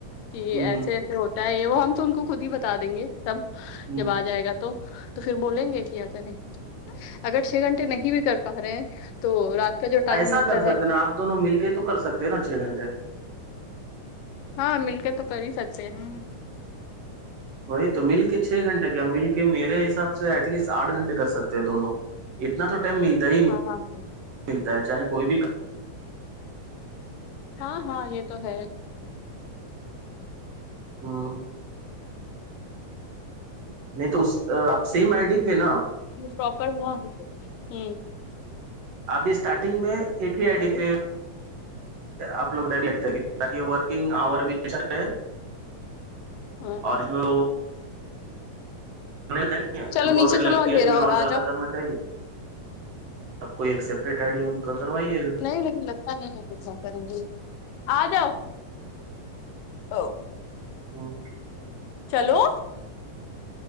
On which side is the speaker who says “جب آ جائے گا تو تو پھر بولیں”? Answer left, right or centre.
Left